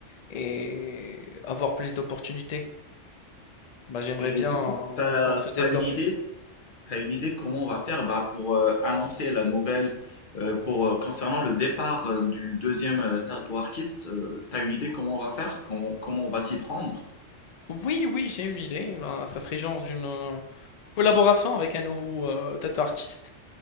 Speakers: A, on the left; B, on the left.
A: et avoir plus d'opportunités. Bah, j'aimerais
B: Et
A: bien
B: du
A: euh,
B: coup, t'as,
A: qu'on se développe.
B: t'as une idée? T'as une idée comment on va faire bah, pour euh, annoncer la nouvelle euh, pour euh, concernant le départ euh, du deuxième euh, tattoo artiste, euh, t'as une idée comment on va faire, comment, comment on va s'y prendre?
A: Oui, oui, j'ai une idée. Ben, ça serait genre d'une euh, collaboration avec un nouveau euh, tattoo artiste